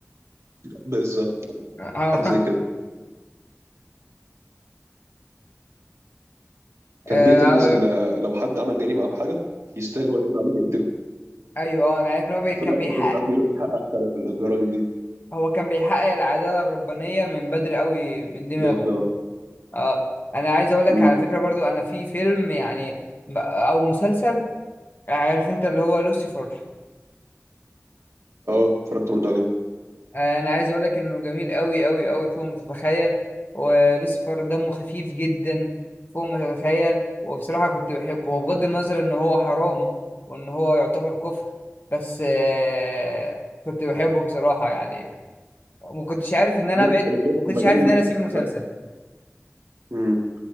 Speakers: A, on the right (about 80°); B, on the left (about 45°).
A: بالظبط
B: اه
A: حاجه زي كده كان
B: <laughs> آه،
A: بيقتل الناس
B: أقول-
A: اللي لو حد عمل جريمه او حاجه يستاهل هو يموت عليه ويقتله
B: ايوه آه، انا عارف ان هو بي...
A: وفي
B: كان
A: الاخر
B: بيحقق
A: كان ساعات بيروح يحقق فعلا في الجرايم دي
B: هو كان بيحقق العداله الربانيه من بدري قوي من دماغه
A: بالظبط
B: اه انا عايز اقول لك
A: امم
B: على فكره برضو انا في فيلم يعني م- او مسلسل عارف انت اللي هو لوسيفر
A: اه اتفرجت برضه عليه
B: انا عايز اقول لك انه جميل قوي قوي قوي فوق ما تتخيل ولوسيفر دمه خفيف جدا فوق ما تتخيل وبصراحه كنت بحبه وبغض النظر ان هو حرام وان هو يعتبر كفر بس آه، كنت بحبه بصراحه يعني ما كنتش عارف ان انا
A: بص
B: ابعد
A: انا شايف
B: وما كنتش
A: ما دام
B: عارف
A: ما-
B: ان انا اسيب المسلسل
A: ما- امم